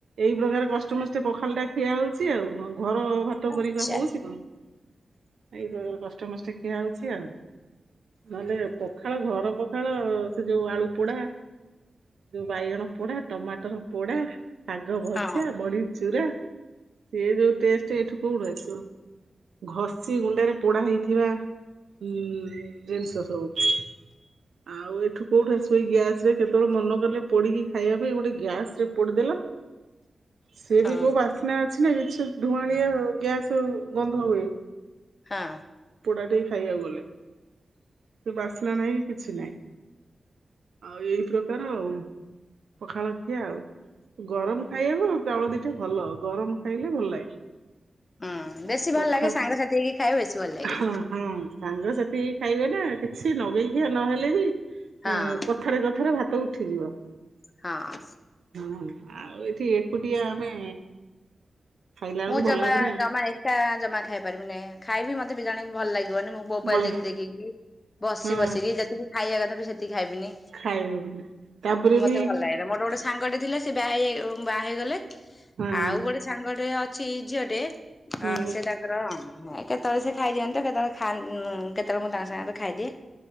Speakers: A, on the right; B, on the left.
A: ଏଇ ପ୍ରକାର କଷ୍ଟମଷ୍ଟେ ପଖାଳ ଟା ଖିଆ ହଉଛି ଆଉ ଘର ଭାତ
B: ଆଚ୍ଛା
A: ପରିକା ହଉଛି ଏଇ କଷ୍ଟମଷ୍ଟେ ଖିଆ ହଉଛି ଆଉ ନହେଲେ ପଖାଳ ଘର ପ ଖାଳ ସେ ଯୋଉ ଆଳୁ ପୋଡା ଯୋଉ ବାଇଗଣ ପୋଡା, ଟମାଟର ପୋଡା ଶାଗଭଜା,
B: ହଁ
A: ବଢିଚୁରା ସିଏ ଯୋଉ ଟେଷ୍ଟ ଏଠୁ କୋଉଠୁ ଆସିବ ଘଷି ଗୁଣ୍ଡରେ ପୋଡା ହେଇଥିବା ହୁଁ ଜିନିଷ ସବୁ ଆଉ ଏଠୁ କୋଉଠୁ ଆସିବ ଏଇ ଗ୍ୟାସ ରେ କେତେବେଳେ ମନ କଲେ ପୋଡିକି ଖାଇବା ପାଇଁ ଗୋଟେ ଗ୍ୟାସ ରେ ପୋଡିଦେଲ <inaudible> ସିଏ
B: ହଁ।
A: ବି କୋଉ ବାସ୍ନା ଅଛି ନା କିଛି ଧୂଆଁଳିଆ ଗ୍ୟାସ ଗନ୍ଧ ହୁଏ।
B: ହଁ
A: ପୋଡାଟେ ଖାଇବାକୁ ଗଲେ ସେ ବାସ୍ନା ନାହିଁ କି କିଛି ନାହିଁ ଆଉ ଏଇ ପ୍ରକାର ଆଉ ପଖାଳଖିଆ ଆଉ ଗରମ ଖାଇବାକୁ ଆଉ ଚାଉଳ ଦିଟା ଭଲ ଗରମ ଖାଇଲେ ଭଲ ଲାଗେ
B: ହୁଁ ବେଶୀ
A: ପଖାଳ
B: ଭଲ ଲାଗେ ସାଙ୍ଗସାଥି ହେଇକି ଖାଇବେ ବେଶୀ ଭଲ ଲାଗେ
A: ହଁ ହଁ ସାଙ୍ଗ ସାଥି ହେଇକି ଖାଇବା ଟା କିଛି ନଗେଇଖିଆ ନହେଲେ ବି ଅ
B: ହଁ
A: କଥାରେ କଥାରେ ଭାତ ଉଠିଯିବ
B: ହଁ।
A: ହଁ ଆଉ ଏଠି ଏକୁଟିଆ ଆମେ ଖାଇଲା ବେଳକୁ
B: ମୁଁ
A: ଭଲ
B: ଜମା
A: ଲାଗୁନି ଆଉ।
B: ଜମା ଏକା ଜମା ଖାଇପାରିବିିନି ଖାଇବି ମତେ ବି ଜାଣି ଭଲ ଲାଗେ ବନି ମୁଁ ମୋବାଇଲ
A: ଭଲ
B: ଦେଖି ଦେଖିକି ବସି
A: ହଁ
B: ବସିକି ଯେତିକି ଖାଇବା କଥା ବି ସେତି ଖାଇବିନି
A: ଖାଇହବନି ତାପରେ
B: ମତେ
A: ବି
B: ଭଲ ଲାଗେନା ମୋରେ ଗୋଟେ ସାଙ୍ଗଟେ ଥିଲା ସେ ବାଆ ବାହା ହେଇଗଲେ
A: ହଁ
B: ଆଉ ଗୋଟେ ସାଙ୍ଗଟେ ଅଛି ଝିଅ ଟେ
A: ହୁଁ
B: ଅ ସେ ତାଙ୍କର କେତେବେଳେ ସେ ଖାଇଦିଅନ୍ତ କେତେବେଳେ ଖା କେତେବେଳେ ମୁଁ ତାଙ୍କ ସାଙ୍ଗରେ ଖାଇଦିଏ